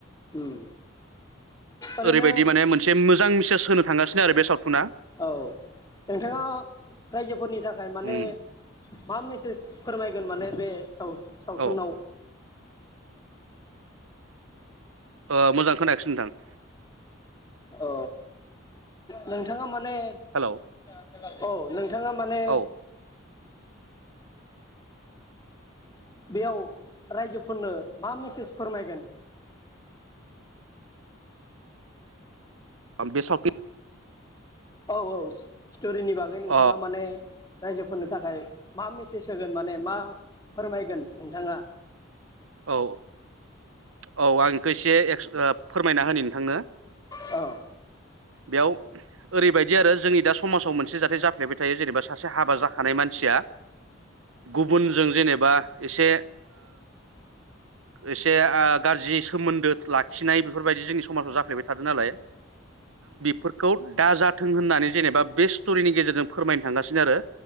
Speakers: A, on the left; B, on the right.
A: उम ओरैनो
B: ओरैबायदि माने मोनसे मोजां मेसज होनो थांगासिनो आरो बे सावथुना
A: औ नोंथाङा रायजोफोरनि थाखाय माने
B: उम
A: मा मेसेज फोरमायगोन माने बे साव सावथुनाव
B: औ ओ मोजां खोनायाखासै नोंथां
A: ओ नोंथाङा माने औ
B: हेल'
A: नों बिथाङा माने
B: औ
A: बेयाव रायजोफोरनो मा मेसेज फोरमायगोन
B: बे सफि
A: औ औ स्टरिनि बागै नोंथाङा
B: अ
A: माने रायजोफोरनो थाखाय मा मेसेज होगोन माने मा फोरमायगोन नोंथाङा
B: औ औ आं बेखौ एसे फोरमायना होनि नोंथांनो
A: औ
B: बेयाव ओरैबायदि आरो जोंनि दा समाजाव मोनसे जाथाय जाफ्लेबाय थायो जेनेबा सासे हाबा जाखानाय मानसिया गुबुनजों जेनेबा बा एसे एसे गाज्रि सोमोन्दो लाखिनाय बेफोरबायदि जोंनि समाजाव जाफ्लेबाय थादो नालाय फोरखौ दाजाथों होननानै जेनेबा बे स्टरिनि गेजेरजों फोरमायनो थांगासिनो आरो